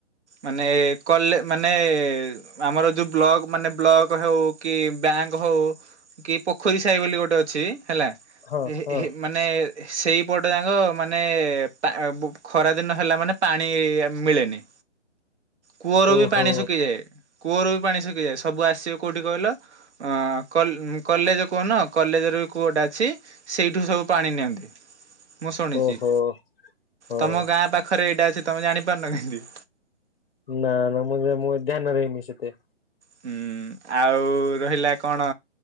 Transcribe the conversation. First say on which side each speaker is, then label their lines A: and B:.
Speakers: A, on the right; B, on the left.
A: ମାନେ କଲେ ମାନେ ଆମର ଯୋଉ ବ୍ ମାନେ ବ୍ଲକ ହେଉ ବ୍ଯା ବ୍ୟାଙ୍କ୍ ହଉ କି ପୋଖରୀ ସାହି ବୋଲି ଗୋଟେ ଅଛି ହେଲା
B: ହଁ
A: ହେ
B: ହଁ
A: ହେ ମାନେ ସେଇପଟେ ଯାକ ମାନେ ପା ଉ ଖରାଦିନ ହେଲାମାନେ ପାଣି ମିଳେନି। କୂଅରୁ ବି
B: ଓହୋ
A: ପାଣି ଶୁଖିଯାଏ। କୂଅରୁ ବି ପାଣି ଶୁଖିଯାଏ ସବୁ ଆସିବେ କୋଉଠି କହିଲ ଅ କଲ କଲେଜ କୂଅ କଲେଜ ଯୋଉ କୁଅଟା ଅଛି ସେଇଠୁ ସବୁ ପାଣି ନିଅନ୍ତି। ମୁଁ ଶୁଣିଛି
B: ଓହୋ ହଁ
A: ତମ ଗାଁ ପାଖରେ ଏଇଟା ଅଛି ତମେ ଜାଣିପାରୁନ କେମତି?
B: ନା ନା ମୁଁ ମୁଁ ଧ୍ୟାନ ଦେଇନି ସେତେ।
A: ହୁଁ ଆଉ ରହିଲା କଣ